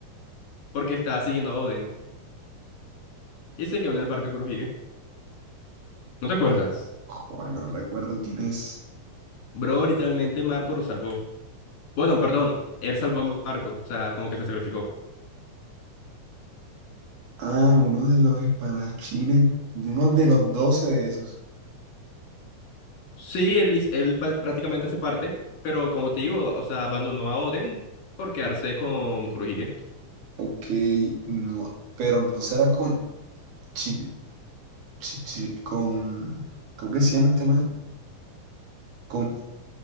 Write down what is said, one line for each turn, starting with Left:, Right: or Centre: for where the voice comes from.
Left: porque estaba siguiendo a Oden y se quedó en el barco de Kurohige. ¿No te acuerdas?
Right: Juan, Juan, no recuerdo quién es.
Left: Bro, literalmente Marco lo salvó. Bueno, perdón, él salvó a Marco, o sea, como que se sacrificó.
Right: Ah, uno de los espadachines, uno de los doce de esos.
Left: Sí, él, hiz- él pa- prácticamente hace parte, pero como te digo, o sea, abandonó a Oden por quedarse con Kurohige.
Right: Ok, no, pero no será con Chi, Chi- Chi- con, ¿cómo que se llama este man? Con